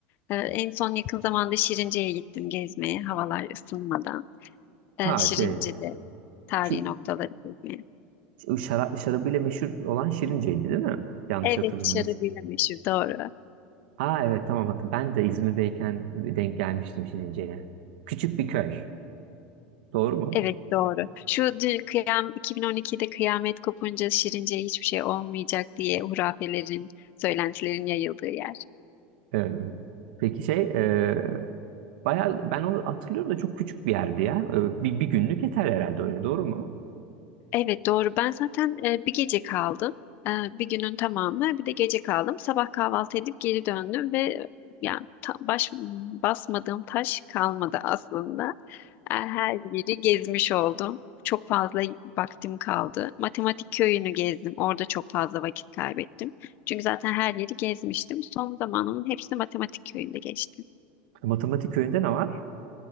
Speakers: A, on the left; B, on the right.
A: E, En son yakın zamanda Şirince'ye gittim gezmeye havalar ısınmadan. E,
B: Ha
A: Şirince'de
B: şey
A: tarihi
B: şu
A: noktaları gezmeye.
B: şu şarap, şarabıyla meşhur olan Şirince'ydi değil mi? Yanlış
A: Evet
B: hatırlamıyorsun.
A: şarabıyla meşhur doğru.
B: Ha evet tamam hatırladım. Ben de İzmir'deyken denk gelmiştim Şirince'ye. Küçük bir köy. Doğru mu?
A: Evet doğru. Şu dün kıyam 2012'de kıyamet kopunca Şirince'ye hiçbir şey olmayacak diye hurafelerin, söylentilerin yayıldığı yer.
B: Ee, peki şey e, bayağı ben onu hatırlıyorum da çok küçük bir yerdi ya. Ee, bir, bir günlük yeter herhalde öyle doğru mu?
A: Evet doğru. Ben zaten e, bir gece kaldım. E, bir günün tamamı bir de gece kaldım. Sabah kahvaltı edip geri döndüm ve e, yani ta- baş basmadığım taş kalmadı aslında. E, her yeri gezmiş oldum. Çok fazla vaktim kaldı. Matematik köyünü gezdim. Orada çok fazla vakit kaybettim. Çünkü zaten her yeri gezmiştim. Son zamanımın hepsi matematik köyünde geçti.
B: Matematik köyünde ne var?